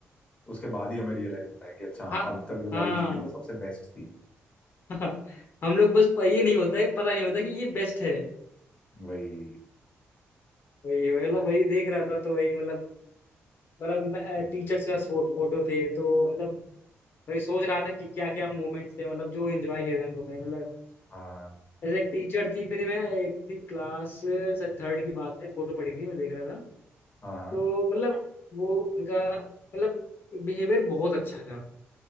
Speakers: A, on the left (about 25°); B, on the left (about 50°).
A: उसके बाद ही हमें रियलाइज होता है कि अच्छा हाँ
B: हाँ
A: अब तक जो
B: हाँ
A: लाइफ जी थी वो सबसे बेस्ट थी
B: <laughs> हाँ। हम लोग बस प- ये नहीं होता है पता नहीं होता कि ये बेस्ट है
A: वही
B: वही वही
A: ये तो
B: मतलब
A: है
B: वही देख रहा था तो वही मतलब मतलब
A: हम्म,
B: टीचर से फोटो थे तो मतलब वही सोच रहा था कि क्या क्या मोमेंट्स थे मतलब जो एंजॉय किए थे हम लोगों ने मतलब
A: हाँ हाँ
B: ऐसे एक टीचर थी मेरे में एक थी क्लास थर्ड की बात है फोटो पड़ी थी मैं देख रहा था
A: हाँ
B: तो
A: हाँ
B: मतलब वो उनका मतलब बिहेवियर बहुत अच्छा था